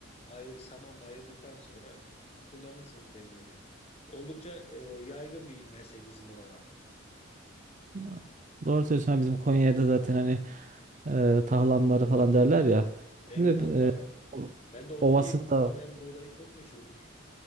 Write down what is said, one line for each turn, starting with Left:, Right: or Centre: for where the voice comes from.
Left: ayır, samanla ayırdıktan sonra kullanırsın ihtiyacına göre. Oldukça e, yaygın bir meslek bizim oralarda.
Right: Aa, Doğru söylüyorsun. Hani Bizim Konya'da zaten hani e, tahlamları falan derler ya.
Left: Evet
Right: Şimdi
Left: hatta
Right: e,
Left: ha,
Right: o-
Left: ben de onu
Right: ovasında
Left: diyecektim. Konya'nın buğdayı çok meşhurdur.